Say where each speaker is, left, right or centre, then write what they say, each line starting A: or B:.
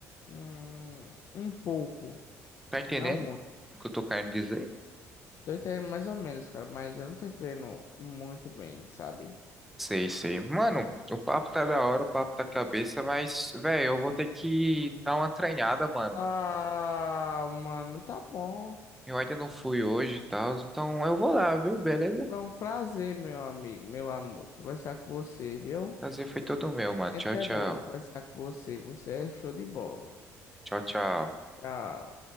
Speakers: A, on the left; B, in the centre.
A: Hum, um pouco.
B: Tá entendendo
A: Não muito.
B: o que eu tô querendo dizer?
A: Tô entendendo mais ou menos, cara. Mas eu não tô entendendo muito bem, sabe?
B: Sei, sei. Mano, o papo tá da hora, o papo tá cabeça, mas, velho, eu vou ter que dar uma treinada, mano.
A: Ah, mano, tá bom.
B: Eu ainda não fui hoje e tal, então eu vou lá, viu? Beleza?
A: Foi um prazer, meu amigo, meu amor, conversar com você, viu?
B: Prazer foi todo meu, mano.
A: Sempre
B: Tchau, tchau.
A: é bom conversar com você. Você é show de bola.
B: Tchau, tchau.
A: Tchau.